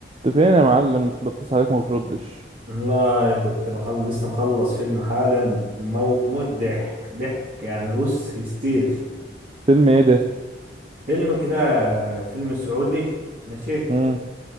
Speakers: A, on the right (about 30°); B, on the right (about 50°).
A: انت فين يا معلم بتصل عليك ما بتردش
B: والله كنت بخلص لسه مخلص فيلم حالا مو... موت ضحك ضحك يعني بص هيستيري
A: فيلم ايه ده
B: فيلم كده فيلم سعودي ماشي
A: امم